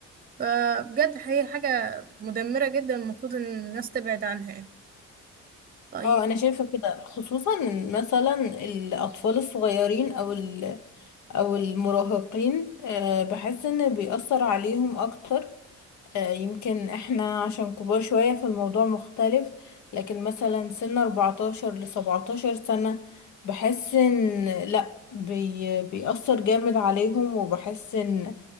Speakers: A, on the right (about 30°); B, on the left (about 70°).
A: فبجد هي حاجة مدمرة جدا المفروض ان الناس تبعد عنها يعني طيب
B: اه انا شايفة كده خصوصا إن مثلا الاطفال الصغيرين او ال- او المراهقين آه، بحس ان بيأثر عليهم اكتر آه، يمكن احنا عشان كبار شوية فالموضوع مختلف لكن مثلا سن 14 ل 17 سنة بحس ان لا بي بيأثر جامد عليهم وبحس ان